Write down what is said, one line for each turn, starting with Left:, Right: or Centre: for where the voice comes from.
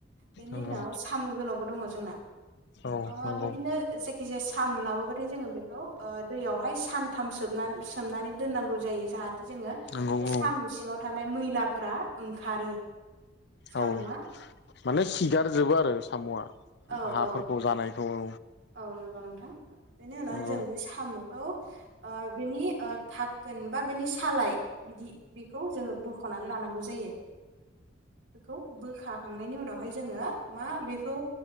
Right: बेनि
Left: नंगौ
Right: उनाव साम' गोलावबो दङ जोंना
Left: औ
Right: <unintelligible> ओ
Left: नंगौ
Right: बिदिनो जायखि -जाया साम' लाबोबाथाय, जोङो बेखौ ओ दैयावहाय सानथाम <unintelligible> <unintelligible> सोमनानै दोननांगौ जायो जाहा <unintelligible> जोङो
Left: नंगौ
Right: बे साम' सिङाव थानाय मैलाफोरा ओंखारो। सामुआ
Left: औ माने सिगारजोबो आरो साम'आ।
Right: औ
Left: हाफोरखौ
Right: औ
Left: जानायखौ औ
Right: औ नंगौ नोंथां। बेनि उनावहाय
Left: नंगौ
Right: जों बे साम'खौ <unintelligible> बिनि थाखोन बा बेनि सालाय बिदि, बेखौ जोङो बख'नानै लानांगौ जायो बेखौ बोखा खांनायनि उनावहाय जोङो मा बेखौ